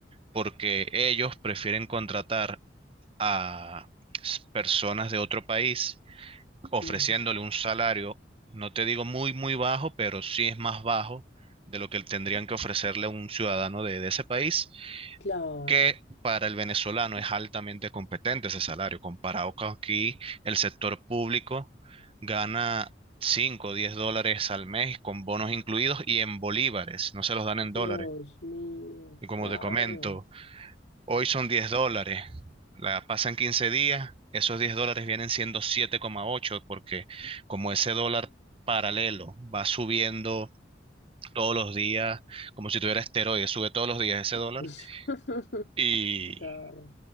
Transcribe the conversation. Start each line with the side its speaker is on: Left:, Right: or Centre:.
Right: porque ellos prefieren contratar a s- personas de otro país ofreciéndole
Left: ujú,
Right: un salario, no te digo muy, muy bajo, pero sí es más bajo de lo que tendrían que ofrecerle a un ciudadano de, de ese país,
Left: Claro.
Right: que para el venezolano es altamente competente ese salario, comparado con aquí el sector público gana cinco o 10 dólares al mes con bonos incluidos y en bolívares, no se los dan en
Left: Dios
Right: dólares.
Left: mío,
Right: Y como
Left: claro.
Right: te comento, Hoy son 10 dólares, la pasan 15 días, esos 10 dólares vienen siendo siete coma ocho, porque como ese dólar paralelo va subiendo todos los días, como si tuviera esteroides, sube todos los días ese dólar.
Left: <laughs>
Right: Y,
Left: Claro,